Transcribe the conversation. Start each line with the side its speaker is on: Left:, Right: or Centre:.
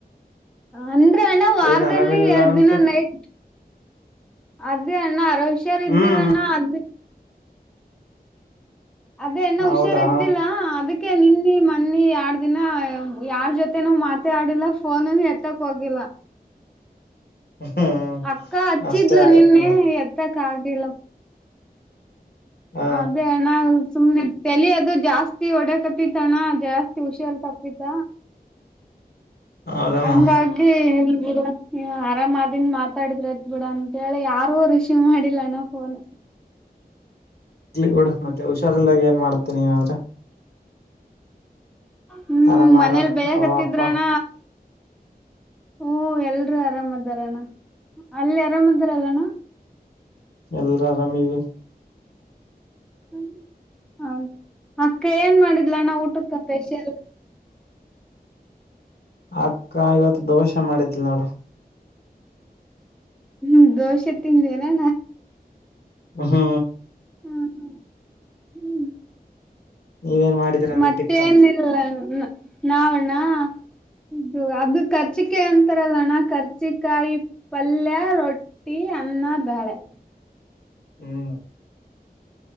Centre: ಅಂದ್ರೆ ಅಣ್ಣ ವಾರದಲ್ಲಿ
Left: ಏನ್ ಆರಾಮಿಲ್ಲ
Centre: ಎರಡು
Left: ಅಂತ
Centre: ದಿನ ನೈಟ್ ಅದೇ ಅಣ್ಣ ಅರ ಹುಷಾರ ಇದ್ದಿಲ್ಲ
Left: ಹ್ಮ್
Centre: ಅಣ್ಣ ಅದ ಅದೇ ಅಣ್ಣ
Left: ಹೌದಾ
Centre: ಹುಷಾರ ಇದ್ದಿಲ್ಲಾ ಅದಕ್ಕೆ ಅಕೆ ನಿನ್ನಿ ಮನ್ನಿ ಯಾರ್ ದಿನ ಯಾರ್ ಜೊತೆ ನಾವ್ ಮಾತಾ ಆಡಿಲ್ಲ ಫೋನಲ್ಲಿ ಎತ್ತಕ್ ಹೋಗಿಲ್ಲ
Left: ಹ್ಮ್
Centre: ಅಕ್ಕ ಹಚ್ಚಿದ್ಲು
Left: ಅಷ್ಟೇ ಆಗುತ್ತೆ
Centre: ನಿನ್ನೆ
Left: ಮತ್ತೆ
Centre: ಎತ್ತಕ್ಕ ಆಗಿಲ್ಲ
Left: ಹ
Centre: ಅದೇ ಅಣ್ಣ ಸುಮ್ಮ್ನೆ ತಲಿ ಅದು ಜಾಸ್ತಿ ಒಡೆ ಕತ್ತಿತಣ್ಣ ಜಾಸ್ತಿ ಉಷಾರ್ ತಪ್ಪಿತ
Left: ಹೌದಮ್ಮ
Centre: ಹಂಗಾಗಿಬುಡು ಆರಾಮ್ ಆದನ್ ಮಾತಾಡಿದ್ರತ್ ಬಿಡ ಅಂತೇಳಿ ಯಾರು ರಿಸೀವ್ ಮಾಡಿಲ್ಲಣ್ಣ ಫೋನ್
Left: ಇರ್ಲಿ ಬುಡು ಮತ್ತೆ ಹುಷಾರಿಲ್ಲಾಗ ಏನ್ ಮಾಡ್ತೇನೆ ನೀನಾದ್ರೆ
Centre: ಹ್ಮ್
Left: ಆರಾಮಾರ
Centre: ಮನೇಲಿ ಬೇಯಕ್
Left: ಅವ
Centre: ಹತ್ತಿದ್ರಣ
Left: ಅಪ್ಪ
Centre: ಹಓ ಎಲ್ರುೂ ಆರಾಮದಾರಣ್ಣ ಅಲ್ಲಿ ಆರಾಮದಾರಲ್ಲಾನ
Left: ಎಲ್ಲರೂ ಆರಾಮಿದ್ದೀವಿ
Centre: ಹ ಹೌ ಅಕ್ಕ ಏನ್ ಮಾಡಿದ್ಲ ಅಣ್ಣ ಊಟಕ್ಕ ಸ್ಪೆಷಲ್
Left: ಅಕ್ಕ ಇವತ್ ದೋಸೆ ಮಾಡಿದ್ಲು
Centre: ಹ್ಮ್ ದೋಸೆ ತಿಂದೇನಾ
Left: ಹ್ಮ
Centre: ಹ್ಮ ಹ್ಮ ಹ್ಮ್
Left: ನೀವೇನ್ ಮಾಡಿದೀರಾ
Centre: ಮತ್ತೇನಿಲ್ಲ
Left: ಊಟಕ್ಕ
Centre: ನಾವಣ್ಣ ಹೌದು ಅದು ಕರ್ಚಿಕಾಯಿ ಅಂತಾರಲ್ಲಣ ಕರ್ಚಿಕಾಯಿ ಪಲ್ಯ ರೊಟ್ಟಿ ಅನ್ನ ಬೇಳೆ
Left: ಹ್ಮ್